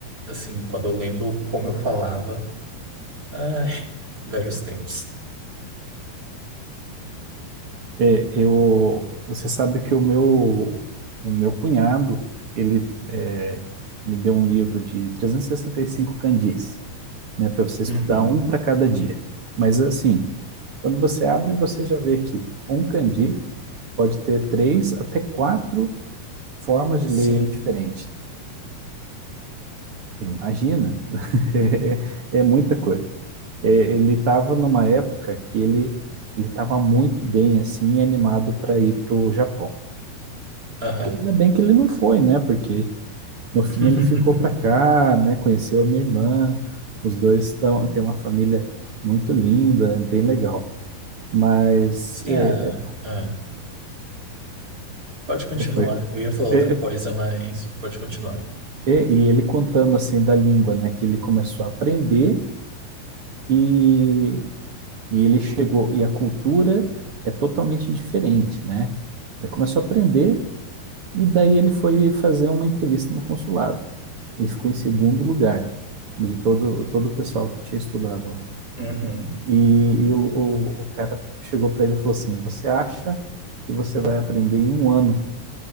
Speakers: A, on the right; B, on the right.
A: assim, quando eu lembro como eu falava, ai, velhos tempos.
B: É, eu, você sabe que o meu, o meu cunhado, ele é, me deu um livro de 365 candis, né? Para você estudar
A: Uhum.
B: um para cada dia. Mas assim, quando você abre, você já vê que um candi pode ter três até quatro formas de
A: Sim,
B: ler ele diferente. Imagina, <laughs> é, é muita coisa. É, ele estava numa época que ele ele estava muito bem assim, animado para ir para o Japão.
A: aham.
B: E ainda bem que ele não foi, né? Porque no fim
A: <laughs>
B: ele ficou para cá, né? Conheceu minha irmã, os dois estão têm uma família muito linda, é bem legal. Mas
A: Sim,
B: é,
A: ah,
B: é,
A: ah. Pode continuar.
B: é, foi.
A: Eu ia falar
B: É,
A: outra coisa, mas pode continuar.
B: é, e ele contando assim da língua, né? Que ele começou a aprender e E ele chegou, e a cultura é totalmente diferente, né? Ele começou a aprender e daí ele foi fazer uma entrevista no consulado. Ele ficou em segundo lugar de todo, todo o pessoal que tinha estudado lá.
A: Uhum.
B: E, e o, o, o cara chegou para ele e falou assim: Você acha que você vai aprender em um ano